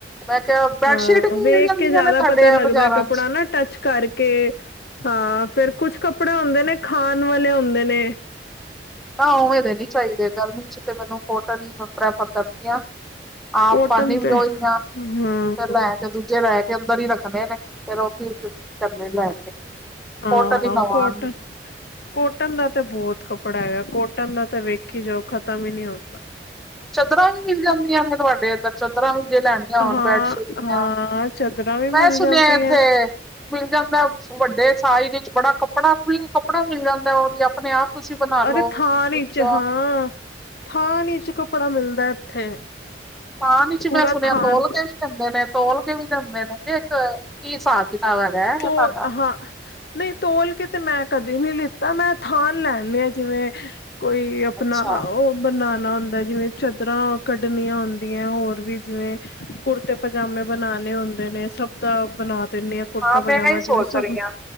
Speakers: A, in the centre; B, on the left.
A: ਮੈਂ ਕਿਹਾ। ਬੈਡਸ਼ੀਟ
B: ਹਾਂ
A: ਵੀ
B: ਵੇਖ
A: ਮਿਲ ਜਾਂਦੀਆਂ
B: ਕੇ ਜ਼ਿਆਦਾ
A: ਨੇ ਤੁਹਾਡੇ
B: ਪਤਾ
A: ਆ
B: ਲੱਗਦਾ
A: ਬਾਜ਼ਾਰਾਂ
B: ਕੱਪੜਾ
A: ਚ
B: ਨਾ ਟੱਚ ਕਰਕੇ। ਹਾਂ ਫੇਰ ਕੁਛ ਕੱਪੜੇ ਹੁੰਦੇ ਨੇ ਖਾਣ ਵਾਲੇ ਹੁੰਦੇ ਨੇ।
A: ਨਾ ਉਵੇਂ ਦੇ ਨੀ ਚਾਹੀਦੇ ਗਰਮੀ ਚ ਤੇ ਮੈਨੂੰ ਕੋਟਨ ਹੀ ਪ੍ਰੈਫਰ ਕਰਨੀ ਆ। ਆਪ
B: ਕੋਟਨ
A: ਪਾਦੇ ਵੀ
B: ਤੇ
A: ਔਹੀ ਆ
B: ਹਮ
A: ਤੇ ਲੈ। ਦੂਜੇ ਲਹਿ ਕੇ ਅੰਦਰ ਹੀ ਰੱਖਣੇ ਨੇ ਫੇਰ ਉਹ ਕੀ ਕਰਨੇ ਲੈ ਕੇ।
B: ਹਾਂ
A: ਕੋਟਨ ਹੀ ਲਵਾਂਗੀ
B: ਕੋਟਨ। ਕੋਟਨ ਦਾ ਤਾਂ ਬਹੁਤ ਕੱਪੜਾ ਹੈਗਾ ਕੋਟਨ ਦਾ ਤਾਂ ਵੇਖੀ ਜਾਓ ਖਤਮ ਹੀ ਨਹੀਂ ਹੁੰਦਾ।
A: <inaudible> ਚਾਦਰਾਂ ਵੀ ਮਿਲ ਜਾਂਦੀਆਂ ਨੇ ਤੁਹਾਡੇ ਇੱਧਰ ਚਾਦਰਾਂ ਵੀ ਜੇ ਲੈਣੀਆਂ ਹੋਣ
B: ਹਾਂ
A: ਬੈਡਸ਼ੀਟ ਦੀਆਂ।
B: ਹਾਂ ਚਾਦਰਾਂ ਵੀ ਮਿਲ
A: ਮੈਂ ਸੁਣਿਆ
B: ਜਾਂਦੀ
A: ਇੱਥੇ।
B: ਹੈ
A: ਮਿਲ ਜਾਂਦਾ ਵੱਡੇ ਸਾਈਜ਼ ਵਿੱਚ ਬੜਾ ਕੱਪੜਾ <inaudible> ਕੱਪੜਾ ਮਿਲ ਜਾਂਦਾ ਵਧੀਆ ਆਪਣੇ ਆਪ ਤੁਸੀਂ ਬਣਾ ਲਓ
B: ਅਰੇ ਥਾਣ
A: ਵਿੱਚੋਂ
B: ਚ ਹਾਂ ਥਾਣ ਚ ਕੱਪੜਾ ਮਿਲਦਾ ਇੱਥੇ।
A: ਥਾਣ ਵਿੱਚ
B: ਪੂਰਾ
A: ਮੈਂ ਸੁਣਿਆ
B: ਥਾਨ
A: ਤੋਲ ਕੇ ਵੀ ਦਿੰਦੇ ਨੇ ਤੋਲ ਕੇ ਵੀ ਦਿੰਦੇ ਨੇ ਕਿ ਇੱਕ। ਕੀ ਹਿਸਾਬ ਕਿਤਾਬ ਹੈਗਾ ਹੈ ਤੁਹਾਡਾ।
B: ਤੋਲ ਹਾਂ। ਨਹੀਂ ਤੋਲ ਕੇ ਤੇ ਮੈਂ ਕਦੇ ਨਹੀਂ ਲਿੱਤਾ ਮੈਂ ਥਾਨ ਲੈਣ ਲਿਆ ਜਿਵੇਂ। ਕੋਈ ਆਪਣਾ
A: ਅੱਛਾ
B: ਆਓ। ਬਣਾਉਣਾ ਹੁੰਦਾ ਜਿਵੇਂ ਚਾਦਰਾਂ ਕੱਢਣੀਆਂ ਹੁੰਦੀਆਂ ਹੋਰ ਵੀ ਜਿਵੇਂ। ਕੁੜਤੇ ਪਜਾਮੇ ਬਣਾਣੇ ਹੁੰਦੇ ਨੇ ਸਭ ਦਾ ਬਣਾ। ਦਿੰਦੀ ਆ ਕੁੜਤਾ
A: ਹਾਂ
B: ਪਜਾਮਾ
A: ਮੈਂ ਇਹੀ ਸੋਚ
B: ਜਿਵੇਂ ਸਭ
A: ਰਹੀ ਹਾਂ